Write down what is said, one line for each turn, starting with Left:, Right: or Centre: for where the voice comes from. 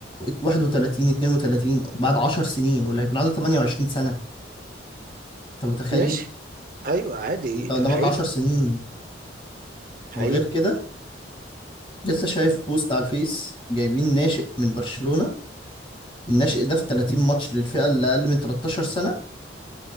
Left: 31 32 بعد 10 سنين واللي هيكون عنده 28 سنه انت متخيل
Right: ماشي ايوه عادي
Left: يعني انت قدامك
Right: حقيقي
Left: 10 سنين
Right: حقيقي
Left: وغير كده لسه شايف بوست على الفيس جايبين ناشئ من برشلونه الناشئ ده في 30 ماتش للفئه اللي اقل من 13 سنه